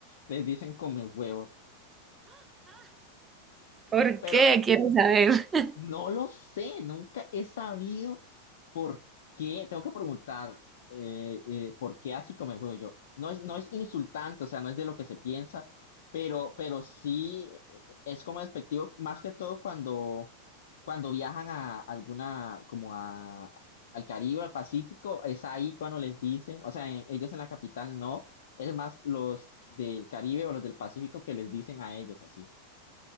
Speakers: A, on the left; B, on the right.
A: les dicen come huevos,
B: ¿Por
A: pero
B: qué? Quiero saber. <laughs>
A: no lo sé, nunca he sabido por qué, tengo que preguntar eh, eh, por qué así come huevos yo. No es, no es insultante, o sea, no es de lo que se piensa, pero, pero sí eh, es como despectivo, más que todo cuando cuando viajan a alguna, como a, al Caribe, al Pacífico, es ahí cuando les dicen, o sea, en- ellos en la capital no, es más los del Caribe o los del Pacífico que les dicen a ellos así.